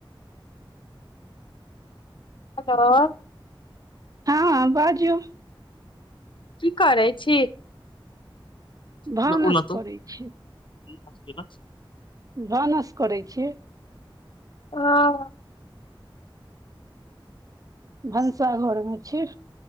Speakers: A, on the left; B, on the right.
A: हेलो
B: हँ बाजू
A: की करै छी <unintelligible>
B: भानस करै छी भानस करै छी
A: हँ
B: भनसा घर मे छी